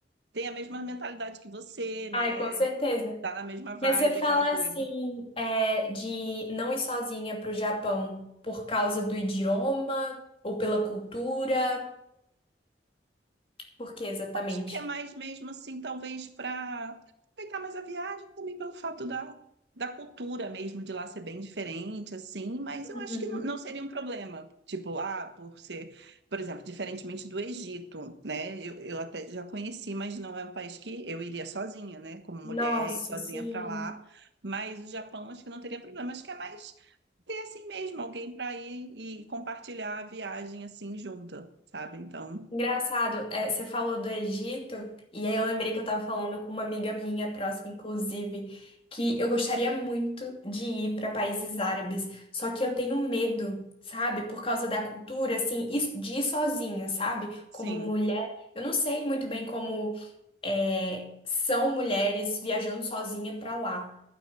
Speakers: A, on the right; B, on the left.
A: tem a mesma mentalidade que você, né?
B: Ai, com certeza.
A: Tá na mesma vibe,
B: Mas você fala
A: aquela coisa.
B: assim, é, de não ir sozinha para o Japão por causa do idioma ou pela cultura? Por que exatamente?
A: Eu acho que é mais mesmo assim, talvez para aproveitar mais a viagem, também pelo fato da, da cultura mesmo de lá ser bem diferente, assim, mas
B: Uhum.
A: eu acho que não, não seria um problema. Tipo, ah, por ser, por exemplo, diferentemente do Egito, né? Eu, eu até já conheci, mas não é um país que eu iria sozinha, né? Como
B: Nossa,
A: mulher, e sozinha
B: sim.
A: para lá. Mas o Japão acho que não teria problema, acho que é mais ter assim mesmo, alguém para ir e compartilhar a viagem assim junta, sabe? Então,
B: Engraçado, é, você falou do Egito, e aí eu lembrei que eu tava falando com uma amiga minha próxima, inclusive, que eu gostaria muito de ir para países árabes, só que eu tenho medo, sabe? Por causa da cultura, assim, e de ir sozinha, sabe?
A: sim.
B: Como mulher, eu não sei muito bem como é, são mulheres viajando sozinha para lá,